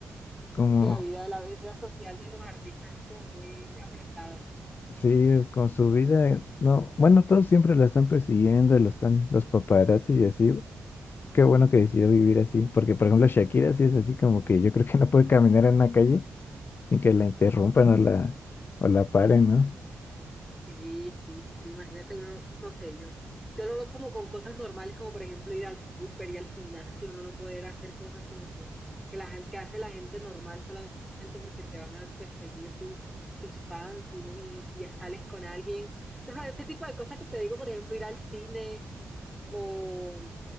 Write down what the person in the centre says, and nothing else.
La vida, la vida social de los artistas es como muy apretada, ¿no?
Sí, sí, sí, imagínate uno, no sé, yo, yo lo veo como con cosas normales, como por ejemplo ir al súper, ir al gimnasio, uno no poder hacer cosas como que, que la gente, que hace la gente normal solamente porque te van a perseguir tu- tus fans y, no- y si ya sales con alguien. O sea, este tipo de cosas que te digo, por ejemplo, ir al cine o,